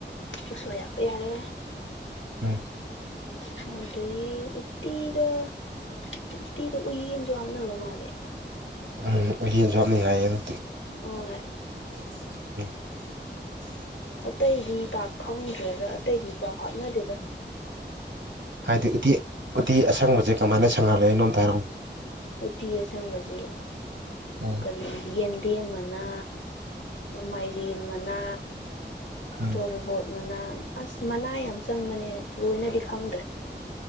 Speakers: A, on the left; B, on the right.
A: ꯎꯁꯣꯏ ꯍꯥꯞꯄ ꯌꯥꯔꯦ
B: ꯎꯝ
A: ꯑꯗꯨꯗꯒꯤ ꯎꯠꯇꯤꯗ ꯎꯠꯇꯤꯗ ꯎꯌꯦꯟꯁꯨ ꯍꯥꯞꯅꯕ ꯃꯥꯜꯂꯦ
B: ꯎꯝ ꯎꯌꯦꯟꯁꯨ ꯍꯥꯞꯅꯩ ꯍꯥꯏꯌꯦꯅꯦ
A: ꯑꯣꯏ
B: <inaudible>
A: ꯑꯇꯩꯗꯤ ꯄꯥꯛ ꯈꯪꯗ꯭ꯔꯦꯗ ꯑꯇꯩꯗꯤ ꯄꯥꯛ ꯍꯥꯞꯅꯗꯦꯗ
B: ꯍꯥꯏꯗꯤ ꯎꯇꯤ ꯇꯤ ꯑꯁꯪꯕꯖꯦ ꯀꯃꯥꯏꯅ ꯁꯪꯍꯜꯂꯦ ꯍꯥꯏꯅꯣ ꯑꯝꯇ ꯍꯥꯏꯔꯛꯎ
A: ꯎꯇꯤ ꯑꯁꯪꯕꯖꯦ
B: ꯎꯝ
A: ꯀꯔꯤ ꯌꯦꯟ ꯗꯦꯝ ꯃꯅꯥ ꯃꯥꯏꯔꯦꯟ ꯃꯅꯥ
B: ꯎꯝ
A: ꯇꯣꯔꯕꯣꯠ ꯃꯅꯥ ꯑꯁ ꯃꯅꯥ ꯌꯥꯝ ꯆꯪꯕꯅꯦꯍꯦ ꯂꯣꯏꯅꯗꯤ ꯈꯪꯗ꯭ꯔꯦ